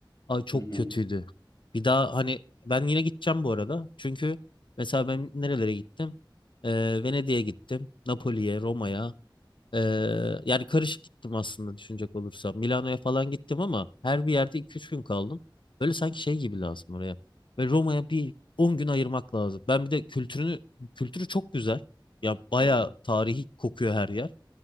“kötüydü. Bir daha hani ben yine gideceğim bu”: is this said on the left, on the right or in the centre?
Left